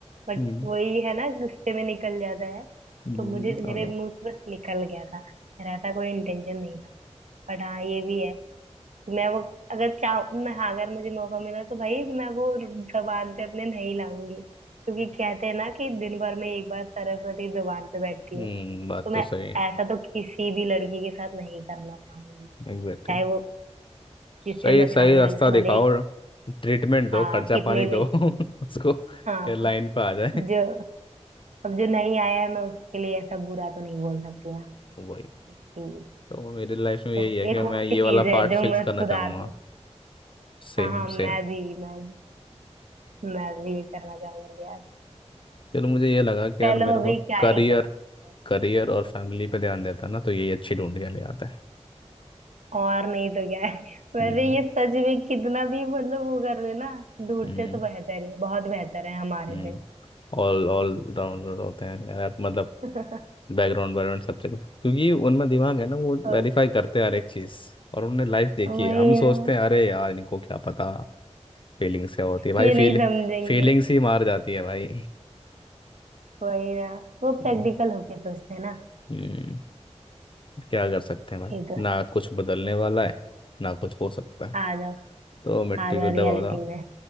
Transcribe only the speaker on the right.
बट
वही है ना गुस्से में निकल जाता है
तो मुझे मेरे
मुंह से बस निकल गया था मेरा ऐसा कोई इंटेंशन नहीं था बट हाँ ये भी है तो मैं वो अगर चाह मैं हाँ अगर मुझे मौका मिला तो भाई मैं वो जबान पे अपने नहीं लाऊंगी क्योंकि कहते हैं ना कि दिन भर में एक बार सरस्वती जबान पे बैठती
है
तो मैं
ऐसा तो किसी भी लड़की के साथ नहीं करना चाहूंगी
चाहे वो जिससे
मैं
सामने
वाले से
भले ही
हाँ
कितने
भी
हाँ
जो अब जो नहीं आया है मैं उसके लिए ऐसा बुरा तो नहीं बोल सकती ना
ठीक।
तो
एक
वो
भी चीज
है
जो
मैं
सुधार
हूँ
हाँ हाँ मैं
भी मैं भी मैं भी ये करना चाहूंगी यार
चलो
अभी
क्या
ही कर सकते हैं
और नहीं तो क्या है <laughs> वैसे
ये सच में कितना भी मतलब वो कर ले ना ढूंढते
तो बेहतर ही बहुत बेहतर है हमारे
से
<laughs>
अब
वही
ना
ये
नहीं समझेंगे
वही ना वो
प्रैक्टिकल होके सोचते हैं ना
ये तो है
आ जाओ
आ
जाओ
रियलिटी में